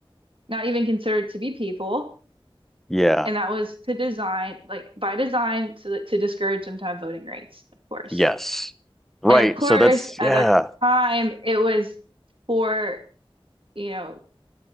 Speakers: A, on the right; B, in the centre.
A: not even considered to be people,
B: Yeah.
A: and that was to design, like by design, to to discourage them to have voting rights, of course.
B: Yes. Right.
A: And of course,
B: So that's
A: at
B: yeah.
A: that time, it was for, you know,